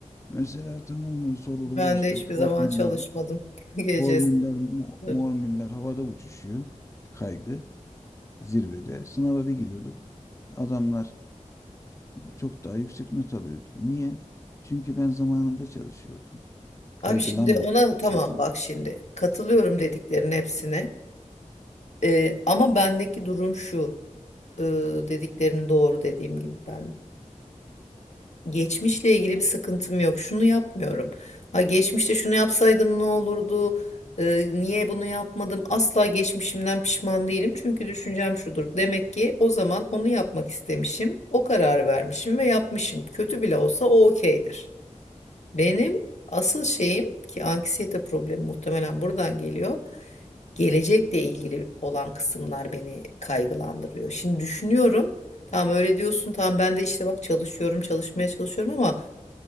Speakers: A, on the left; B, on the left.
A: Mesela tamam mı soruları
B: ben
A: işte
B: de hiçbir zaman
A: formüller,
B: çalışmadım <laughs> gece
A: formüller, mo-
B: sıfır.
A: mormüller havada uçuşuyor. Kaygı zirvede. Sınava bir giriyorduk. Adamlardan çok daha yüksek not alıyordum. Niye? Çünkü ben zamanında çalışıyordum. Kaygılanmamak
B: Abi şimdi ona
A: için.
B: tamam bak şimdi katılıyorum dediklerin hepsine. E, ama bendeki durum şu e, dediklerin doğru dediğim gibi ben Geçmişle ilgili bir sıkıntım yok. Şunu yapmıyorum. Ha geçmişte şunu yapsaydım ne olurdu? Ee, niye bunu yapmadım? Asla geçmişimden pişman değilim. Çünkü düşüncem şudur. Demek ki o zaman onu yapmak istemişim. O karar vermişim ve yapmışım. Kötü bile olsa o okeydir. Benim asıl şeyim ki anksiyete problemi muhtemelen buradan geliyor. Gelecekle ilgili olan kısımlar beni kaygılandırıyor. Şimdi düşünüyorum. Tamam öyle diyorsun. Tamam ben de işte bak çalışıyorum, çalışmaya çalışıyorum ama